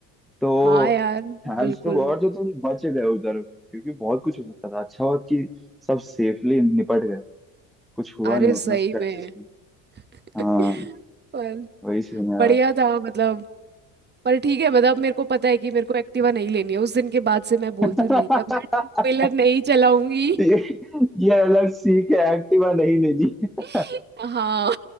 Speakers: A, in the centre; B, on the right.
A: तो
B: हाँ यार
A: थैंक्स
B: बिल्कुल
A: टू गॉड जो तुम बच गए उधर क्योंकि बहुत कुछ हो सकता था अच्छा हुआ कि सब सेफली निपट गए कुछ हुआ
B: अरे
A: नहीं
B: सही
A: उतना स्क्रैचेस
B: में
A: में
B: <laughs>
A: हाँ
B: पर
A: वही सीन है
B: बढ़िया था मतलब पर ठीक है मतलब मेरे को पता है कि मेरे को एक्टिवा नहीं लेनी है उस दिन के बाद से मैं
A: <laughs>
B: बोलती हूँ नहीं अब मैं टू व्हीलर नहीं चलाऊंगी
A: ये, ये अलग सीख है एक्टिवा नहीं लेनी <laughs>
B: <laughs> हाँ